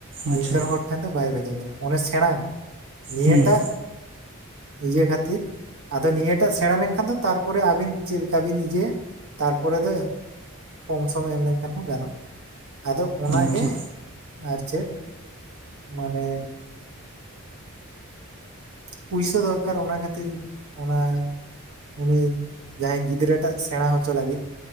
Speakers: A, on the right; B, on the right.
A: ᱱᱤᱝᱠᱟᱹᱱ
B: ᱟᱪᱪᱷᱟ
A: ᱦᱚᱲ ᱴᱷᱮᱱ ᱫᱚ ᱵᱟᱭ ᱵᱷᱮᱡᱟᱭ ᱜᱟᱱᱚᱜᱼᱟ ᱚᱱᱮ ᱥᱮᱬᱟ ᱱᱤᱭᱟᱹᱴᱟᱜ
B: ᱦᱮᱸ
A: ᱤᱭᱟᱹ ᱠᱷᱟᱹᱛᱤᱨ ᱟᱫᱚ ᱱᱤᱭᱟᱹᱴᱟᱜ ᱥᱮᱬᱟ ᱞᱮᱱ ᱠᱷᱟᱱ ᱫᱚ ᱛᱟᱨ ᱯᱚᱨᱮ ᱟᱹᱵᱤᱱ ᱪᱮᱫ ᱞᱮᱠᱟ ᱵᱤᱱ ᱤᱭᱟᱹᱭᱟ ᱛᱟᱨ ᱯᱚᱨᱮ ᱫᱚ ᱠᱚᱢ ᱥᱚᱢᱚᱭ ᱮᱢ ᱞᱮᱱᱠᱷᱟᱱ ᱦᱚᱸ ᱜᱟᱱᱚᱜᱼᱟ ᱟᱫᱚ ᱚᱱᱟᱜᱮ
B: ᱟᱪᱪᱷᱟ
A: ᱟᱨ ᱪᱮᱫ ᱢᱟᱱᱮ ᱯᱩᱭᱥᱟᱹ ᱫᱚᱨᱠᱟᱨ ᱚᱱᱟ ᱠᱱᱟᱹᱛᱤᱨ ᱚᱱᱟ ᱩᱱᱤ ᱡᱟᱦᱟᱸᱭ ᱜᱤᱫᱽᱨᱟᱹ ᱴᱟᱜ ᱥᱮᱬᱟ ᱦᱚ ᱪᱚ ᱞᱟᱹᱜᱤᱫ